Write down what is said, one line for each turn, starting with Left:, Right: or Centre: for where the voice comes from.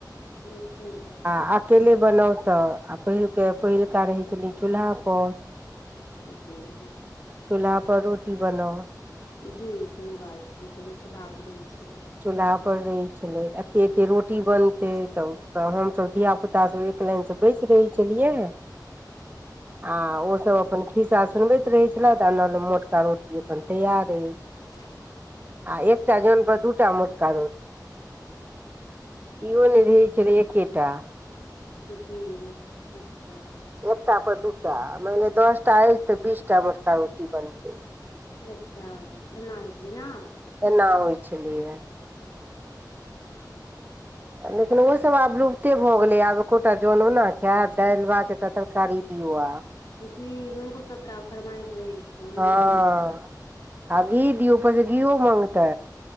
Left: जी सही बात छै
Right: आ अ केले बनाउ तऽ आ पहिलके पहिलका रहय छलै चूल्हा प
Left: जी।
Right: चूल्हा पर रोटी बनाउ।
Left: जी सही बात छै, पहिले चूल्हा पर रहय छलै।
Right: चूल्हा पर रहय छलै, एते-एते रोटी बनतै
Left: छलै
Right: तब तऽ हम सब धिय-पुता सब एक लाइन से बैस रहय छलियै हां ओ सब अपन खीसा सुनबैत रहय छलय ता ईम्हर मोटका रोटी अपन तैयार रहय छै।
Left: <unintelligible>
Right: आ एकटा जौन पर दुटा मोटका रोटी। इहो नै रहय छलय एकेटा
Left: जी अच्छा।
Right: एकटा पर दूटा मान ले दसटा एछ तऽ बीसटा मोटका रोटी बनतै।
Left: अच्छा एना होय छलै ना।
Right: एना होय छलैया। लेकिन ओ सब आब रूबते भऽ गेलै आब एकोटा जोनो ना खाएत दाएल, भात एकटा तरकारी दियौ आ
Left: जी हुनको सबके आब फरमाएश रहै छै। ओना
Right: हां
Left: नहि
Right: आ घी दियौ, ऊपर से घीयो मांगतै।